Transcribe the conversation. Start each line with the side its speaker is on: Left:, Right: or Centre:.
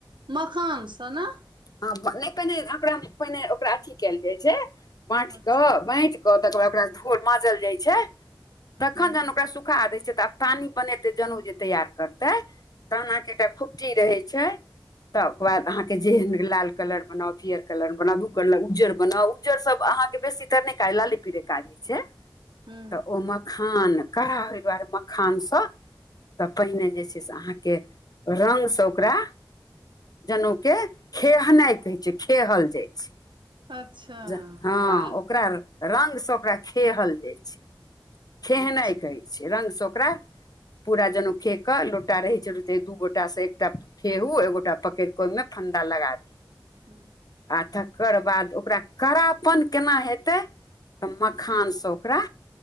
Right: मखान स न।
Left: हं नहि पहिने, ओकरा पहिने ओकरा अथी कैल जाइ छै, बाँठी
Right: अच्छा
Left: क बैंटि क तकर बाद ओकरा धोल माँजल जाइ छै, तखन
Right: हूँ
Left: जहन ओकरा सुखा दै छै त अप तानी बनेतय जनेउ जे तैयार करतै तहन अहां के एकटा खूट्टी रहै छै त ओकर बाद के जेहेन लाल कलर बनाउ, पियर कलर बनाउ, दू कलर उज्जर बनाउ, उज्जर सब अहाँ के बेसीतर नहि काज लाले पिरे काज हय छै,
Right: हूँ
Left: तऽ ओ मखान कडा़ होय दुआरे मखानसँ तऽ पहिने जे छै से, अहाँके रंगसँ ओकरा जनऊ के खेहनाइ कहै छै, खेहल जाइ छै।
Right: अच्छा
Left: जा हँ
Right: वाह
Left: ओकरा रंग सँ ओकरा खेहल जाइ छै, खेहनाइ
Right: अच्छा
Left: कहै छै रंग सँ ओकरा पूरा जन‌ऊ खेह क लोटा रहै छै, एक दू गोटा स एकटा खेहु एगोटा पकड़िक ओहिमे फंदा लगा दी।
Right: हम्म
Left: आ तकर बाद ओकरा कड़ापन केना हेतै। त मखानसँ ओकरा